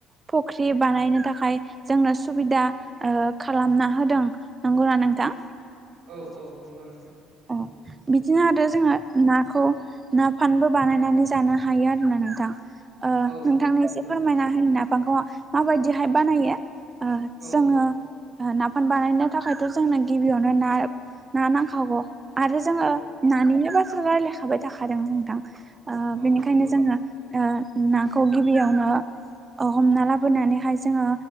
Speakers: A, on the right (about 25°); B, on the right (about 65°).
A: फुख्रि बानायनो थाखाय जोंनो सुबिदा ओ खालामना होदों। नंगौ ना नोंथां?
B: औ औ नंगौ नोंथां।
A: अ
B: औ
A: बिदिनो आरो जोङो ना खौ ना फानबो बानायनानै जानो हायो आरोना नोंथां ओ
B: औ
A: नोंथांनो एसे
B: नंगौ
A: फोरमायना होनि नाफांखौ माबायदिहाय बानायो। ओ
B: औ
A: जोङो
B: औ
A: नाफान बानायनो थाखायथ' जोंनो गिबियावनो ना-ना नांखागौ आरो जोङो
B: औ
A: नानिनो बाथ्रा रायलायखाबाय थाखादों नोंथां ओ
B: औ
A: बेनिखायनो
B: नंगौ
A: जोङो ओ नाखौ गिबियावनो ओ हमना लाबोनानैहाय जोङो